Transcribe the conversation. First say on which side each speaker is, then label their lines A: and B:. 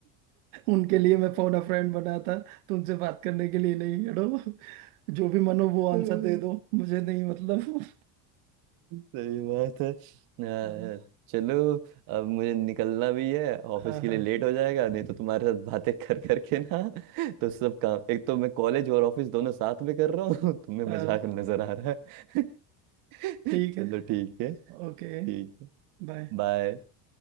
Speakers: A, on the right; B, on the right.
A: उनके लिए मैं फोन अ फ्रेंड बना था तुमसे बात करने के लिए नहीं हटो जो भी मन हो वो आंसर
B: हम्म,
A: दे दो मुझे नहीं मतलब
B: सही बात है आ,
A: हाँ
B: चलो अब मुझे निकलना भी है
A: हाँ
B: ऑफिस के लिए लेट हो जाएगा नहीं तो तुम्हारे साथ बातें कर करके ना तो सब काम एक तो मैं कॉलेज और ऑफिस दोनों साथ में कर रहा हूँ तुम्हें
A: हाँ
B: मजाक नजर आ रहा है <laughs>
A: ठीक
B: चलो
A: है
B: ठीक है ठीक
A: ओके
B: है
A: बाय
B: बाय